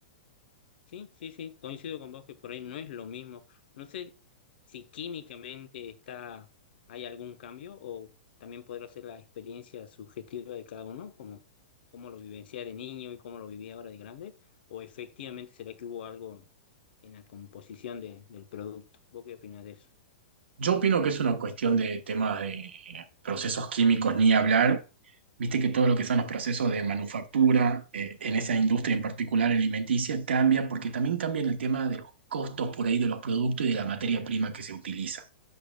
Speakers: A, on the left; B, on the right.
A: Sí, sí, sí, coincido con vos que por ahí no es lo mismo. No sé si químicamente está, hay algún cambio o también podrá ser la experiencia subjetiva de cada uno, como cómo lo vivencia de niño y cómo lo vivía ahora de grande, o efectivamente será que hubo algo en la composición de- del producto. ¿Vos qué opinás de eso?
B: Yo opino que es una cuestión de temas de eh, procesos químicos, ni hablar. Viste que todo lo que son los procesos de manufactura, eh, en esa industria en particular alimenticia, cambia porque también cambian el tema de los costos por ahí de los productos y de la materia prima que se utiliza.